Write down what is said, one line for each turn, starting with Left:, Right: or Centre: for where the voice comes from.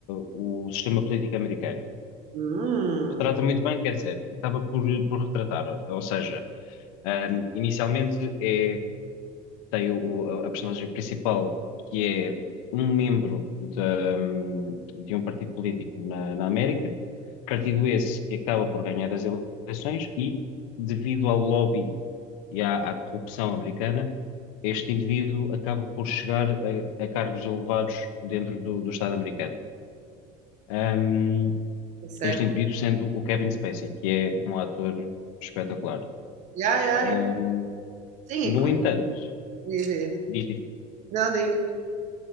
Left: o sistema político americano.
Right: Hum,
Left: Retrata muito bem, quer dizer, acaba por, por retratar. Ou seja, ah, inicialmente é, tem o- a, a personagem principal, que é um membro da- de, um partido político na, na América, partido esse que acaba por ganhar as eleições e, devido ao lobby e à, à corrupção americana, este indivíduo acaba por chegar a, a cargos elevados dentro do, do Estado americano. Um,
Right: isso é.
Left: este indivíduo sendo o Kevin Spacey, que é um ator espetacular.
Right: Yeah, yeah,
Left: Um,
Right: yeah. Sim,
Left: no
Right: e como
Left: entanto,
Right: diz isso?
Left: diz- diz-
Right: Não, diz